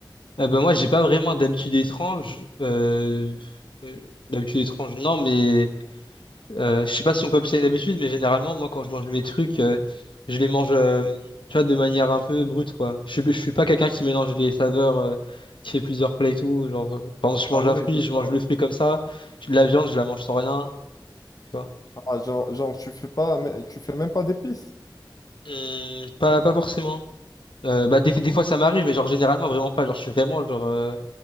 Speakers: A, on the left; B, on the left.
A: Euh, ben, moi, j'ai pas vraiment d'habitude étrange, euh, euh, d'habitude étrange, non, mais, Euh, je sais pas si on peut appeler ça une habitude, mais généralement, moi, quand je mange mes trucs, euh, je les mange, euh, tu vois, de manière un peu brute, quoi. Je suis, je suis pas quelqu'un qui mélange les saveurs, euh, qui fait plusieurs plats et tout. Genre, euh, par exemple, je
B: Ah
A: mange
B: ouais,
A: un fruit,
B: je
A: je mange
B: vois.
A: le fruit comme ça. De la viande, je la mange sans rien, tu vois.
B: Ah, genre, genre, tu fais pas, mais tu fais même pas d'épices.
A: Hum, pas, pas forcément. Euh, bah, des, des
B: Ouais,
A: fois, ça m'arrive, mais genre, généralement, vraiment pas. Genre, je suis vraiment, genre, euh,